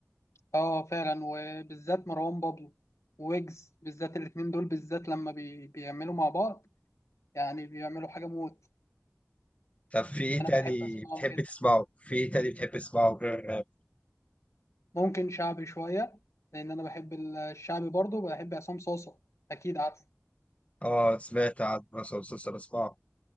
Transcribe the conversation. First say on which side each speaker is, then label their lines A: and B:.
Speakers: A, on the left; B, on the left.
A: اه فعلا وبالذات مروان بابلو ويجز بالذات الاتنين دول بالذات لما بي... بيعملوا مع بعض يعني بيعملوا حاجه موت
B: طب في ايه
A: انا
B: تاني
A: بحب اسمعهم
B: بتحب
A: جدا
B: تسمعه؟ في ايه تاني بتحب تسمعه غير الراب؟
A: ممكن شعبي شويه لان انا بحب الشعبي برضه بحب عصام صاصا اكيد عارف
B: اه سمعت عن مثلا مسلسل اسمعه